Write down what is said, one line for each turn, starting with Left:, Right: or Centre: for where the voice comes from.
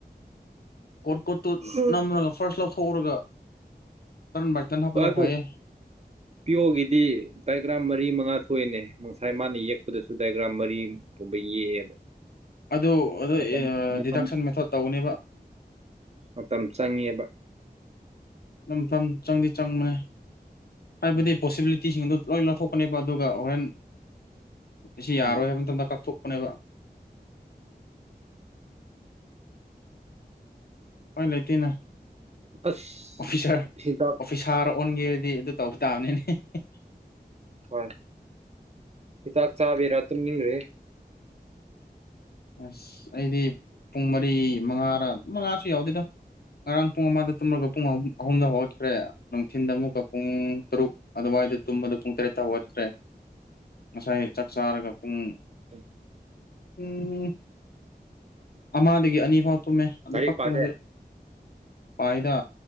Left: ꯀꯣꯠ ꯀꯣꯠꯇꯨ
Right: ꯍꯣꯏ
Left: ꯅꯝꯔꯒ ꯐꯥꯔꯁ ꯂꯧꯊꯣꯛꯎꯔꯒ ꯇꯔꯟ ꯕꯥꯏ ꯇꯔꯟ ꯍꯥꯞꯄꯅ
Right: ꯋꯥ ꯑꯗꯨ
Left: ꯐꯩꯌꯦ
Right: ꯄꯤꯌꯣꯒꯤꯗꯤ ꯗꯥꯏꯒ꯭ꯔꯥꯝ ꯃꯔꯤ ꯃꯉꯥ ꯊꯣꯏꯅꯦ ꯉꯁꯥꯏ ꯃꯥꯅ ꯌꯦꯛꯄꯗꯁꯨ ꯗꯥꯏꯒ꯭ꯔꯥꯝ ꯃꯔꯤꯒꯨꯝꯕ ꯌꯦꯛꯑꯦꯕ
Left: ꯑꯗꯨ ꯑꯗꯨꯣ
Right: ꯃꯇꯝ ꯃꯇꯝ
Left: ꯗꯤꯗꯛꯁꯟ ꯃꯦꯊꯣꯠ ꯇꯧꯅꯦꯕ
Right: ꯃꯇꯝ ꯆꯪꯉꯦꯕ
Left: ꯏꯝꯐꯝꯝ ꯆꯪꯗꯤ ꯆꯪꯕꯅꯦ ꯍꯥꯏꯕꯗꯤ
Right: ꯎꯝ
Left: ꯄꯣꯁꯤꯕꯤꯂꯤꯇꯤꯁꯤꯡꯗꯣ ꯂꯣꯏ ꯂꯧꯊꯣꯛꯄꯅꯦꯕ ꯑꯗꯨꯒ ꯍꯣꯔꯦꯟ ꯁꯤ ꯌꯥꯔꯣꯏ
Right: ꯎꯝ
Left: ꯍꯥꯏꯕ ꯃꯇꯝꯗ ꯀꯛꯊꯣꯛ ꯃꯕ ꯍꯣꯏ ꯂꯩꯇꯦꯅ
Right: ꯑꯁ
Left: ꯑꯣꯐꯤꯁꯥꯔ
Right: ꯍꯤꯗꯥꯛ
Left: ꯑꯣꯐꯤꯁꯥꯔ ꯑꯣꯟꯒꯦꯔꯗꯤ ꯑꯗꯨ ꯇꯧꯕ ꯇꯥꯕꯅꯤꯅꯦ
Right: ꯋꯥ ꯍꯤꯗꯥꯛ ꯆꯥꯕꯔꯥꯠꯇꯝ ꯅꯤꯡ꯭ꯔꯦ
Left: ꯑꯁ ꯑꯩꯗꯤ ꯄꯨꯡ ꯃꯔꯤ ꯃꯉꯥꯔ ꯃꯉꯥꯁꯨ ꯌꯥꯎꯗꯦꯗ ꯉꯔꯥꯡ ꯄꯨꯡ ꯑꯃꯗ ꯇꯨꯝꯂꯒ ꯄꯨꯡ ꯑꯍꯨꯝ ꯑꯍꯨꯝꯗ ꯍꯧꯒꯠꯈ꯭ꯔꯦ ꯅꯨꯡꯊꯤꯟꯗ ꯑꯃꯨꯛꯀ ꯄꯨꯡ ꯇꯔꯨꯛ ꯑꯗꯨꯋꯥꯏꯗ ꯇꯨꯝꯕꯗ ꯄꯨꯡ ꯇꯔꯦꯠꯇ ꯋꯥꯠꯈ꯭ꯔꯦ ꯉꯁꯥꯏ ꯆꯥꯛ ꯆꯥꯔꯒ ꯄꯨꯡ
Right: ꯎꯝ
Left: ꯎꯝ ꯑꯃꯗꯒꯤ ꯑꯅꯤ ꯐꯥꯎ ꯇꯨꯝꯃꯦ ꯑꯗꯨ
Right: ꯂꯥꯏꯔꯤꯛ
Left: ꯈꯛꯇꯪ
Right: ꯄꯥꯗꯦ
Left: ꯉꯁꯦ ꯐꯥꯏꯗ